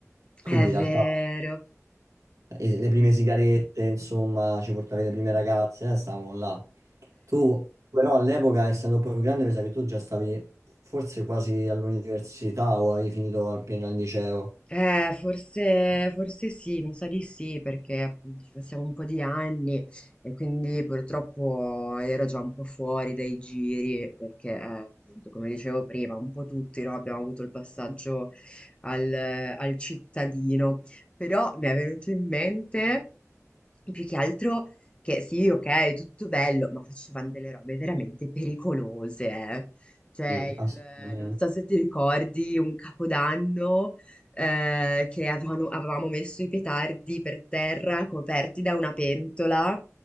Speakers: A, on the right; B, on the left.
A: Quindi
B: è
A: in
B: vero.
A: realtà e le prime sigarette, insomma, ci portavi le prime ragazze, eh, stavamo là. Tu, però, all'epoca, essendo poi più grande, mi sa che tu già stavi forse quasi all'università o avevi finito appena al liceo.
B: Eh, forse, forse sì, mi sa di sì, perché appunto ci passiamo un po' di anni e quindi purtroppo ero già un po' fuori dai giri, perché eh, appunto, come dicevo prima, un po' tutti no, abbiamo avuto il passaggio al, al cittadino, però mi è venuto in mente più che altro che sì, ok, tutto bello, ma facevano delle robe veramente pericolose, eh. Cioè,
A: Sì,
B: il,
A: assolutamente.
B: non so se ti ricordi, un capodanno eh, che avevano- avevamo messo i petardi per terra coperti da una pentola